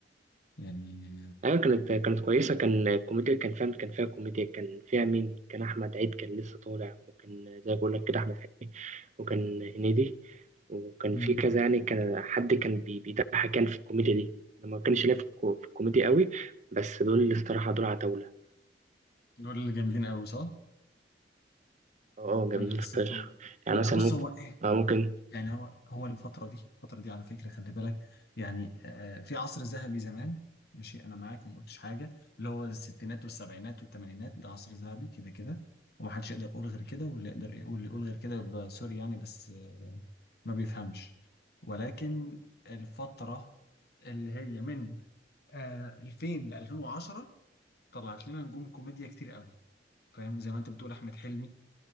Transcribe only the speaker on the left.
يعني
امم
دول اللي جامدين قوي صح؟
انا حسيتهم
لا
بص
هو إيه،
يعني هو هو الفترة دي الفترة دي على فكرة خلي بالك يعني آه، في عصر ذهبي زمان ماشي أنا معاك وما قلتش حاجة اللي هو الستينات والسبعينات والثمانينات ده عصر ذهبي كده كده ومحدش يقدر يقول غير كده واللي يقدر واللي يقول غير كده يبقى سوري يعني بس آه، ما بيفهمش ولكن الفترة اللي هي من آه، 2000 ل 2010 طلعت لنا نجوم كوميديا كتير قوي فاهم زي ما انت بتقول احمد حلمي